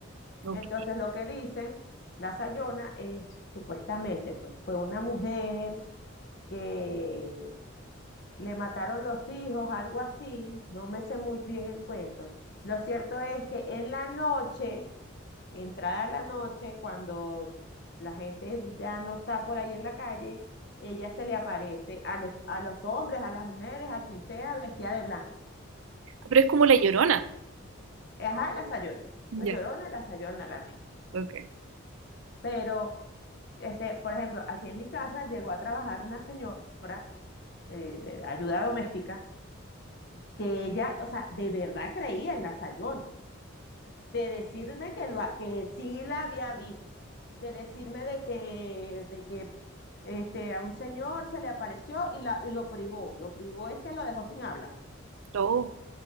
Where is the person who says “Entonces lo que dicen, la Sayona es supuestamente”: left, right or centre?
Left